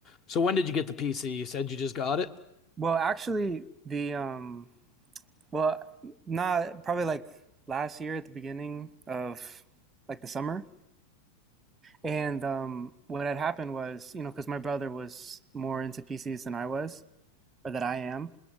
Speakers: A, on the left; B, on the right.
A: So when did you get the PC? You said you just got it.
B: Well, actually, the um, well, not probably like last year at the beginning of like the summer. And um, what had happened was, you know, because my brother was more into PCs than I was, or that I am.